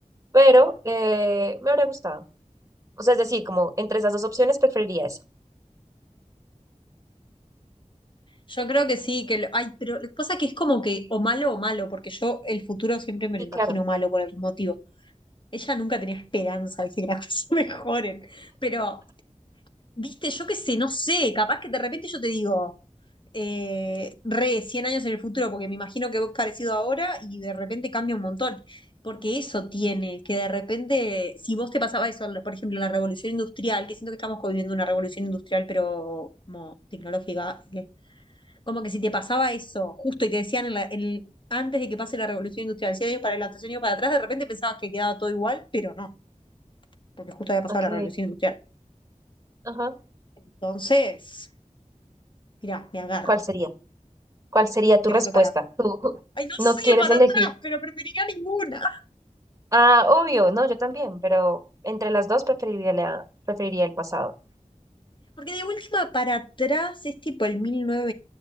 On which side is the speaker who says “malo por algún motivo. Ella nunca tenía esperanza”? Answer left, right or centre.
Left